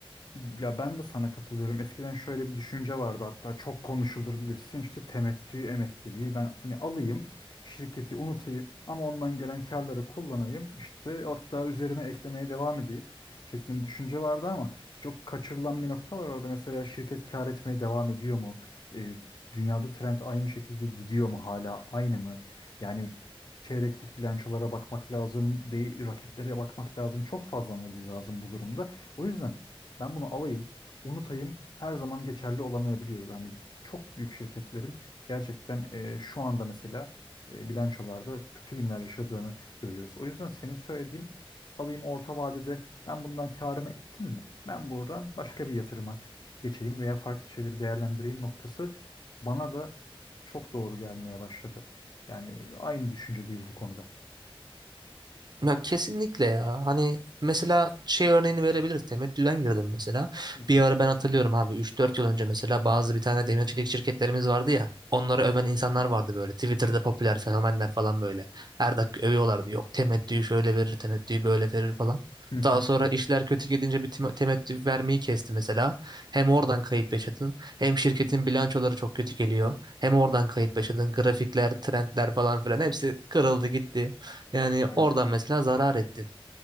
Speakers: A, on the left; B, on the right.
A: Ya ben de sana katılıyorum. Eskiden şöyle bir düşünce vardı hatta çok konuşulur bilirsin işte temettü emekliliği ben hani alayım şirketi unutayım ama ondan gelen karları kullanayım işte hatta üzerine eklemeye devam edeyim şeklinde bir düşünce vardı ama çok kaçırılan bir nokta var orada mesela şirket kar etmeye devam ediyor mu? E, dünyada trend aynı şekilde gidiyor mu hala aynı mı? Yani çeyreklik bilançolara bakmak lazım, değil, rakiplere bakmak lazım. Çok fazla analiz lazım bu durumda. O yüzden ben bunu alayım, unutayım. Her zaman geçerli olamayabiliyor. Yani çok büyük şirketlerin gerçekten e, şu anda mesela e, bilançolarda kötü günler yaşadığını görüyoruz. O yüzden senin söylediğin alayım orta vadede ben bundan karımı ettim mi? Ben buradan başka bir yatırıma geçeyim veya farklı şeyleri değerlendireyim noktası bana da çok doğru gelmeye başladı. Yani aynı düşüncedeyiz bu konuda.
B: Ya kesinlikle ya. Hani mesela şey örneğini verebiliriz. Temettüden girdim mesela.
A: Hı hı.
B: Bir ara ben hatırlıyorum abi üç dört yıl önce mesela bazı bir tane demir şirketlerimiz vardı ya. Onları öven insanlar
A: Hı hı.
B: vardı böyle. Twitter'da popüler fenomenler falan böyle. Her dakika övüyorlardı. Yok temettüyü şöyle verir, temettüyü böyle verir falan.
A: Hı hı.
B: Daha sonra işler kötü gidince bir tim- temettü vermeyi kesti mesela. Hem oradan kayıp yaşadın, hem şirketin bilançoları çok kötü geliyor. Hem oradan kayıp yaşadın, grafikler, trendler falan filan hepsi kırıldı gitti. Yani
A: Evet.
B: oradan mesela zarar ettin.